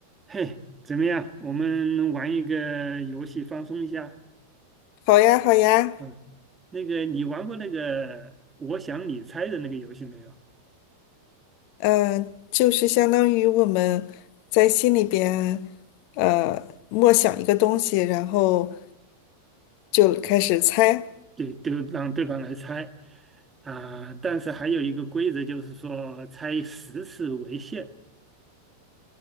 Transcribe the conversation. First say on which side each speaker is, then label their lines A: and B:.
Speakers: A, on the right; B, on the left.
A: 嘿，怎么样？我们玩一个游戏放松一下。
B: 好呀，好呀，
A: 嗯，那个你玩过那个“我想你猜”的那个游戏没有？
B: 嗯、就是相当于我们在心里边呃默想一个东西，然后就开始猜，
A: 对，都让对方来猜啊、但是还有一个规则，就是说猜十次为限，